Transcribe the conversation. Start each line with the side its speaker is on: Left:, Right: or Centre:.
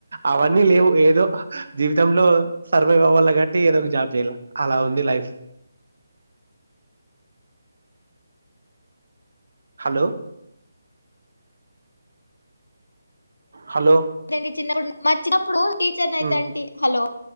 Right: అవన్నీ లేవు ఏదో జీవితంలో సర్వైవ్ అవ్వాలి కాబట్టి ఏదో ఒక జాబ్ చేయాలా అలా ఉంది లైఫ్ హలో హలో
Left: నేను చిన్నప్పుడు మా చిన్నప్పుడు టీచర్ ని అయిత
Right: మ్మ్
Left: ఆంటీ హలో